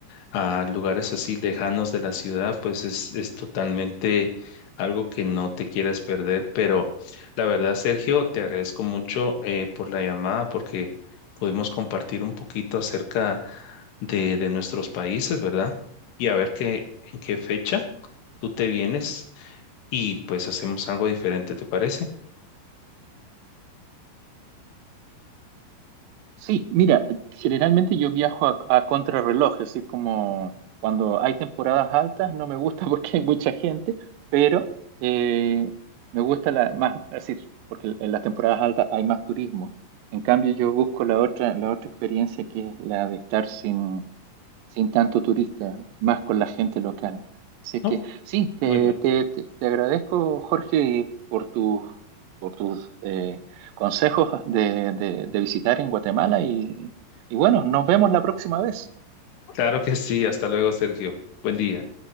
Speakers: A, on the left (about 65°); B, on the right (about 80°).
A: a lugares así lejanos de la ciudad, pues es, es totalmente algo que no te quieres perder. Pero la verdad, Sergio, te agradezco mucho eh, por la llamada porque pudimos compartir un poquito acerca de, de nuestros países, ¿verdad? Y a ver qué, en qué fecha tú te vienes y pues hacemos algo diferente, ¿te parece?
B: Sí, mira, generalmente yo viajo a, a contrarreloj, es decir, como cuando hay temporadas altas no me gusta <laughs> porque hay mucha gente, pero eh, me gusta la más, es decir, porque en las temporadas altas hay más turismo. En cambio, yo busco la otra, la otra experiencia que es la de estar sin sin tanto turista, más con la gente local. Así
A: No,
B: que sí, te,
A: muy bien.
B: te, te, te agradezco, Jorge, y por tu, por tus eh, consejos de, de, de visitar en Guatemala y, y bueno, nos vemos la próxima vez.
A: Claro que sí. Hasta luego, Sergio. Buen día.